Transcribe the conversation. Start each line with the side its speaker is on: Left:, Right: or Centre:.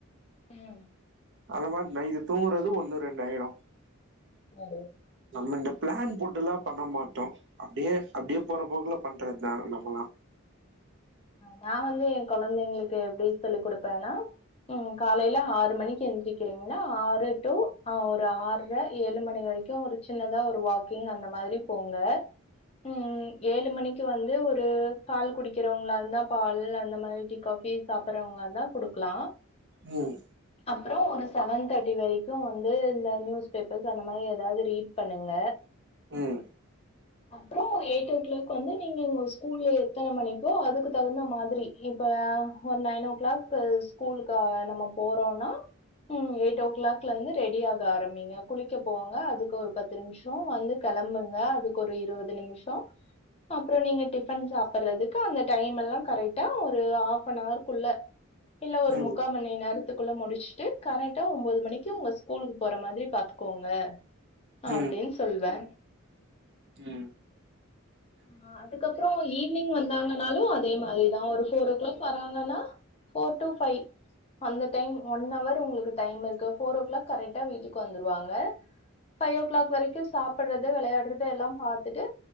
Left: ம்
Right: அந்த மார் நைட்டு தூங்குறது ஒண்ணு ரெண்டாயிரு
Left: நடு
Right: நம்ம இந்த ப்ளான் போட்டெல்லா பண்ண மாட்டோ அப்டியே அப்டியே போறப் போக்குல பண்றதுதா நம்மல்லா
Left: நா வந்து ஏ கொழந்தைங்களுக்கு எப்டி சொல்லி குடுப்பேன்னா ம் காலையில ஆறு மணிக்கு எழுந்திருக்கிறீங்களா ஆறு டூ ஆ ஒரு ஆற்ர ஏழு மணி வரைக்கு ஒரு சின்னதா ஒரு வாக்கிங் அந்த மாதிரி போங்க ம் ஏழு மணிக்கு வந்து ஒரு பால் குடிக்கிறவுங்களா ந்தா பால் அந்த மாரி டீ காபி சாப்புட்றவுங்களா இருந்தா குடுக்லா
Right: ம்
Left: அப்பறோ ஒரு செவன் தேர்ட்டி வரைக்கு வந்து இந்த நியூஸ் பேப்பர்ஸ் அந்த மாரி எதாவது ரீட் பண்ணுங்க
Right: ம்
Left: அப்பறோ எயிட் ஓ க்ளாக் வந்து நீங்க இங்க ஒரு ஸ்கூல்ல எத்தன மணிக்கோ அதுக்குத் தகுந்த மாதிரி இப்ப ஒரு நைன் ஓ க்ளாக் ஸ்கூலுக்காக நம்ம போறோன்னா ம் எயிட் ஓ க்ளாக்ல இருந்து ரெடி ஆக ஆரம்பிங்க குளிக்க போங்க அதுக்கு ஒரு பத்து பத்து நிம்ஷோ வந்து கெளம்புங்க அதுக்கு ஒரு இருவது நிம்ஷோ அப்பறோ நீங்க டிஃபன் சாப்படுறதுக்கு அந்த டைமெல்லா கரெக்டா ஒரு ஹாஃப்ப நவர் குள்ள இல்ல ஒரு
Right: ம்
Left: முக்கா மணி நேரத் இதுக்குள்ள முடிச்சுட்டு கரெக்டா ஒன்போது மணிக்கி உங்க ஸ்கூலுக்கு போற மாதிரி பாத்துக்கோங்க
Right: ம்
Left: அப்டின் சொல்லுவே
Right: ம்
Left: ஆ அதுக்கப்றோ ஈவினிங் வந்தாங்கன்னாலு அதே மாரிதா ஒரு ஃபோர் ஓ க்ளாக் வறாங்கன்னா ஃபோர் டு ஃபை அந்த டைம் ஒன் ஹவர் உங்களுக்கு டைம் இருக்கு ஃபோர் ஓ கிளாக் கரெக்டா வீட்டுக்கு வந்துருவாங்க ஃபைவ் ஓ கிளாக் வரைக்கு சாப்டுறது வெளையாடுறது எல்லா பாத்துட்டு